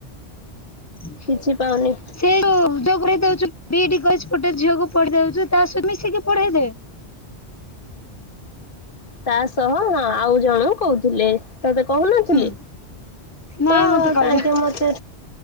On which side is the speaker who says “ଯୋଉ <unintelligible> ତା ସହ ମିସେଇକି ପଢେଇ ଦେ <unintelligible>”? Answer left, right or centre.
Left